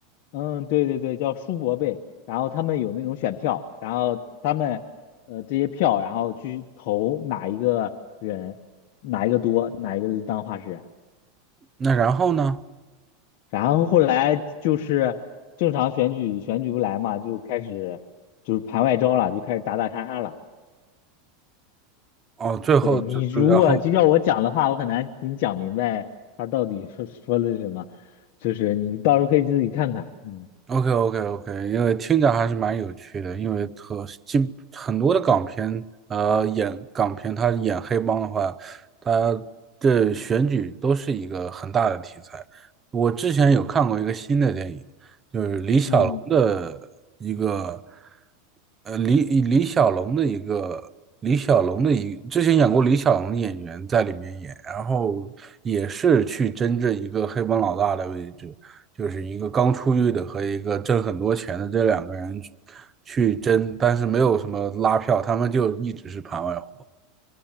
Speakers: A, on the left; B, on the right.
A: 嗯，对对对，叫书伯贝，然后他们有那种选票，然后他们呃这些票，然后去投哪一个人，哪一个多，哪一个就当画师人，
B: 那然后呢？
A: 然后后来就是正常选举选举不来嘛，就开始就是盘外招了，就开始打打杀杀了。
B: 哦，最后就就然后
A: 对你如果就要我讲的话，我很难给你讲明白他到底说说的是什么，就是你到时候可以自己看看，嗯。
B: OK OK OK，因为听着还是蛮有趣的，因为和基很多的港片，呃，演港片，他演黑帮的话，他的选举都是一个很大的题材。我之前有看过一个新的电影，就是李小龙的一个，
A: 嗯
B: 呃，李李小龙的一个李小龙的一之前演过李小龙的演员在里面演，然后也是去争这一个黑帮老大的位置。就是一个刚出狱的和一个挣很多钱的这两个人去争，但是没有什么拉票，他们就一直是盘外活。